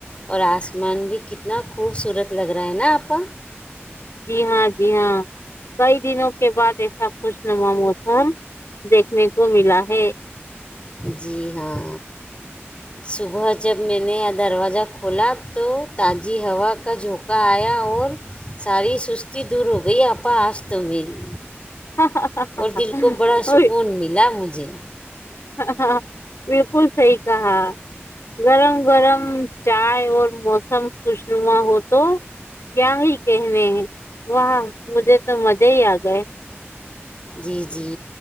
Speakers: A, on the left; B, on the left.
A: اور آسمان بھی کتنا خوبصورت لگ رہا ہے نا آپا
B: جی ہاں جی ہاں کئی دنوں کے بعد ایسا خوشنما موسم دیکھنے کو ملا ہے
A: جی ہاں صبح جب میں نے دروازہ کھولا تو تازی ہوا کا جھونکہ آیا اور ساری سستی دور ہو گئی آا آج تو میری
B: ہاں ہ
A: اور دل کو بڑا سکون
B: ہ وہ
A: ملا مجھے
B: ہاں ہاں بالکل صحیح کہا گرم گرم چائے اور موسم خوش نما ہو تو کیا ہی کہنے ہیں وہاہ مجھے تو مزے ہی آ گئے
A: جی جی